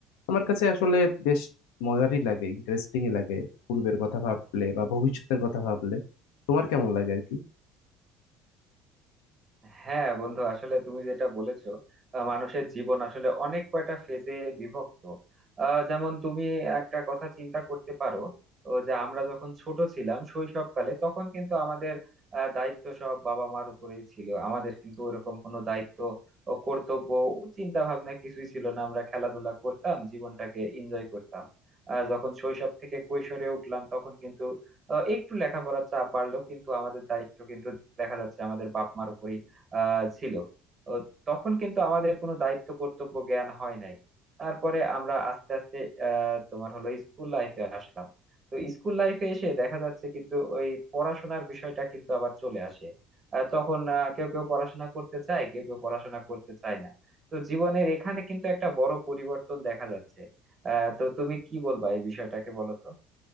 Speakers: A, on the left (about 75°); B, on the right (about 35°).
A: আমার কাছে আসলে বেশ মজারই লাগে ইন্টারেস্টিংই লাগে পূর্বের কথা ভাবলে বা ভবিষ্যতের কথা ভাবলে তোমার কেমন লাগে আর কি
B: হ্যাঁ বন্ধু আসলে তুমি যেটা বলেছো আহ, মানুষের জীবন আসলে অনেক কয়টা ফেজে বিভক্ত আহ, যেমন তুমি একটা কথা চিন্তা করতে পারো ও যে আমরা যখন ছোট ছিলাম শৈশবকালে তখন কিন্তু আমাদের আহ, দায়িত্ব সব বাবা মার উপরেই ছিল আমাদের কিন্তু ওরকম কোনো দায়িত্ব ও কর্তব্য চিন্তা ভাবনা কিছুই ছিল না আমরা খেলাধুলা করতাম জীবনটাকে এনজয় করতাম আহ, যখন শৈশব থেকে কৈশোরে উঠলাম তখন কিন্তু আহ, একটু লেখাপড়ার চাপ বাড়লো কিন্তু আমাদের দায়িত্ব কিন্তু দেখা যাচ্ছে আমাদের বাপ মার উপরেই আহ ছিল ও তখন কিন্তু আমাদের কোনো দায়িত্ব কর্তব্য জ্ঞান হয় নাই তারপরে আমরা আস্তে আস্তে আহ তোমার হলো স্কুল লাইফে আসলাম তো স্কুল লাইফে এসে দেখা যাচ্ছে কিন্তু ওই পড়াশোনার বিষয়টা কিন্তু আবার চলে আসে আহ, তখন আহ, কেউ কেউ পড়াশোনা করতে চায় কেউ কেউ পড়াশোনা করতে চায় না তো জীবনের এখানে কিন্তু একটা বড় পরিবর্তন দেখা যাচ্ছে আহ তো তুমি কি বলবা এই বিষয়টাকে বলো তো